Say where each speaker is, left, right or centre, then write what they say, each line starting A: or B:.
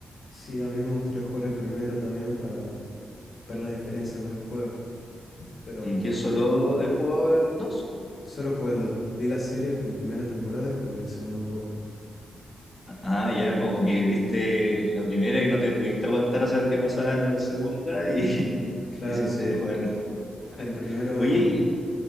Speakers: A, on the left; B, on the left.
A: Sí, a mí me gustaría jugar el primero también para ver la diferencia con el juego, pero
B: ¿Y qué solo he jugado el 2?
A: solo jugué el 2. Vi la serie, la primera temporada y jugué el segundo juego.
B: Ah, ya como que viste la primera y no te pudiste aguantar a saber qué pasaba en la segunda y <laughs>
A: Claro,
B: quisiste
A: sí.
B: jugar el juego.
A: El primero,
B: Oye, y...
A: mm,